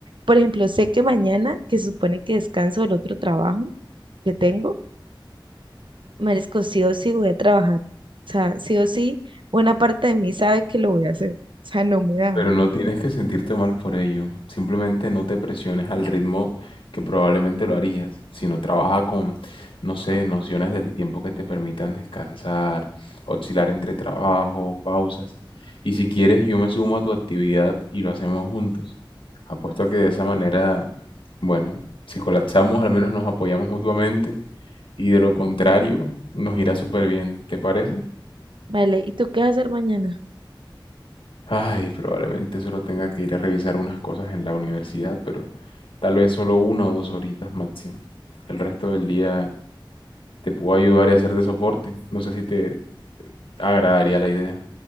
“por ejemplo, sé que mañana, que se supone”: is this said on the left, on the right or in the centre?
Right